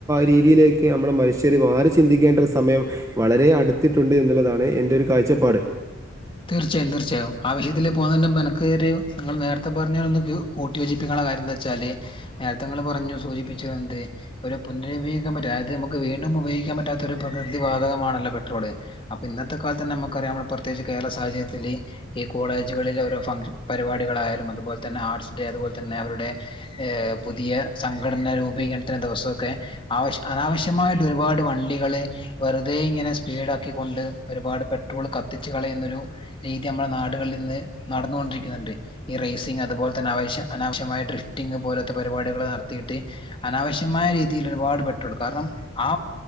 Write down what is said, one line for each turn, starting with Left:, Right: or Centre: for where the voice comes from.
Right: രീതിയിലേക്ക് നമ്മുടെ മനുഷ്യര് മാറി ചിന്തിക്കേണ്ട ഒരു സമയം വളരെ അടുത്തിട്ടുണ്ട് എന്നുള്ളതാണ് എന്റെ ഒരു കാഴ്ചപ്പാട്
Left: തീർച്ചയായും തീർച്ചയായും അവ ഹിത്തി പോകുന്ന മെനക്ക് <unintelligible> നിങ്ങൾ നേരത്തെ പറഞ്ഞരന്ന് കൂട്ടി യോചിപ്പിക്കാനുള്ള കാര്യം എന്താ വെച്ചാല്നേരത്തെ നിങ്ങൾ പറഞ്ഞു സൂചിപ്പിച്ചു എന്ത് ഒരു പുന്നരുപയോഗിക്കാൻ പറ്റും അതായത് നമുക്ക് വീണ്ടും ഉപയോഗിക്കാൻ പറ്റാത്ത ഒരു പ്രകൃതി വാതകമാണല്ലോ പെട്രോള് അപ്പ ഇന്നത്തെ കാലത്ത്ന്ന നമുക്കറിയാംനമ്മ പ്രത്യേകിച്ച് കേരള സാഹചര്യത്തിൽ ഈ കോളേജുകളിൽ ഓരോ ഫൺ ഷ- പരിപാടികളായാലും അതുപോലെ തന്നെ ആർട്സ് ഡേ അതുപോലെ തന്നെ അവരുടെ പുതിയ സംഘടന രൂപീകരണത്തിന്റെ ദിവസ ഒക്കെ ആവശ്യ അനാവശ്യ കൃത്യമായിട്ട് ഒരുപാട് വണ്ടികള് വെറുതെ ഇങ്ങനെ സ്പീഡ് ആക്കിക്കൊണ്ട് ഒരുപാട് പെട്രോള് കത്തി ച്ച്കള യുന്നൊരു രീതി നമ്മളുടെ നാടുകളിൽ നിന്ന് നടന്നുകൊണ്ടിരിക്കുന്നുണ്ട് ഈ റേസിംഗ്അതുപോലെ തന്നെ ആവശ്യം അനാവശ്യമായ ഡ്രിഫ്റ്റിംഗ് പോലത്തെ പരിപാടികളൾ നടത്തിയിട്ട് അനാവശ്യമായ രീതിയിൽ ഒരുപാട് പെട്രോള് കാരണം ആ